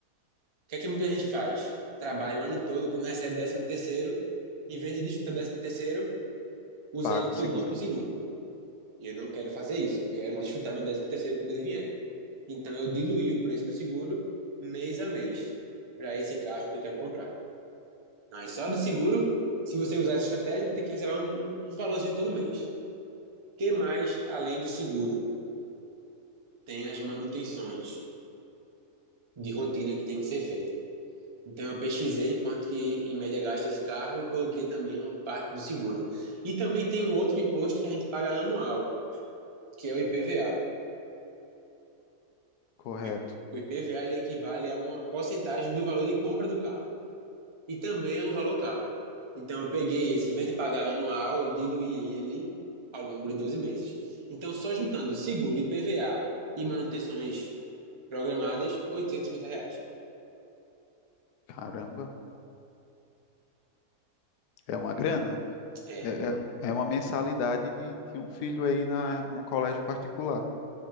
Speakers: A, on the right (about 30°); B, on the left (about 90°).
A: O que é que muita gente faz? Trabalha o ano todo, quando recebe décimo terceiro, em vez de disputar décimo terceiro, usa
B: Pago
A: ele todinho
B: seguro.
A: pro seguro. E eu não quero fazer isso, eu quero disputar meu décimo terceiro quando ele vier. Então eu diluí o preço do seguro mês a mês para esse carro que eu quero comprar. Mas só de seguro, se você usar essa estratégia, vai ter que receber um, um valorzinho todo mês. O que mais além do seguro? Tem as manutenções de rotina que tem que ser feita. Então eu pesquisei quanto que em média gasta esse carro e coloquei também uma parte do seguro. E também tem um outro imposto que a gente paga anual, que é o IPVA.
B: Correto.
A: O I- o IPVA ele equivale a uma porcentagem do valor de compra do carro. E também é um valor caro. Então eu peguei esse, em vez de pagar anual, eu diluí ele ao longo de 12 meses. Então só juntando seguro, IPVA e manutenções programadas, 850 reais.
B: Caramba, é uma grana.
A: É,
B: É, é, é uma mensalidade de, de um filho aí na, no colégio particular.